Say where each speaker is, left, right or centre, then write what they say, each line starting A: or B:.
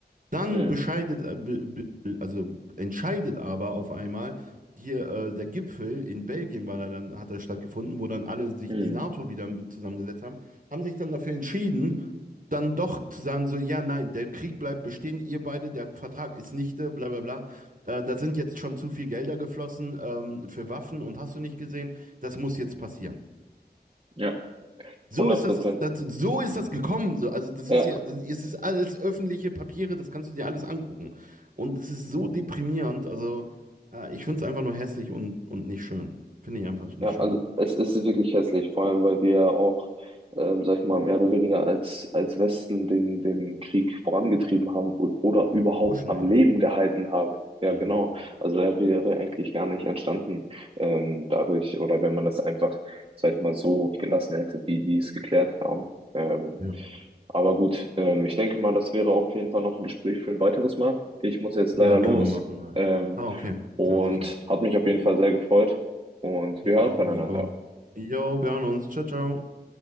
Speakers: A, on the right; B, on the right.
A: Dann
B: Mhm.
A: bescheidet, äh, be, be, also entscheidet aber auf einmal hier äh, der Gipfel in Belgien war da dann, hat er stattgefunden, wo dann alle sich
B: Mhm.
A: die NATO wieder mit zusammengesetzt haben, haben sich dann dafür entschieden, dann doch zu sagen, so, ja, nein, der Krieg bleibt bestehen, ihr beide, der Vertrag ist nichte, bla bla bla. Äh, da sind jetzt schon zu viel Gelder geflossen ähm, für Waffen und hast du nicht gesehen, das muss jetzt passieren.
B: Ja.
A: So
B: 100
A: ist das,
B: Prozent.
A: das, so ist das gekommen. So, also das
B: Ja.
A: ist ja, das, es ist alles öffentliche Papiere, das kannst du dir alles angucken. Und es ist so deprimierend. Also äh, ich finde es einfach nur hässlich und, und nicht schön. Finde ich einfach nicht
B: Ja,
A: schön.
B: also es ist wirklich hässlich, vor allem weil wir ja auch, ähm, sag ich mal, mehr oder weniger als, als Westen den, den Krieg vorangetrieben haben o- oder
A: Ja,
B: überhaupt
A: wir pushen
B: am
A: den
B: Leben
A: ja.
B: gehalten haben. Ja,
A: Mhm.
B: genau. Also er wäre eigentlich gar nicht entstanden, ähm, dadurch, oder wenn man das einfach, sag ich mal, so gelassen hätte, wie die es geklärt haben. Ähm,
A: Ja.
B: aber gut, ähm, ich denke mal, das wäre auf jeden Fall noch ein Gespräch für ein weiteres Mal. Ich muss jetzt
A: Ja,
B: leider
A: können
B: los.
A: wir machen. Mal.
B: Ähm,
A: Ah, okay.
B: und
A: Klar, sicher.
B: hat mich auf jeden Fall sehr gefreut und
A: Ich
B: wir hören
A: auch,
B: voneinander.
A: Nico. Jo, wir hören uns. Ciao, ciao.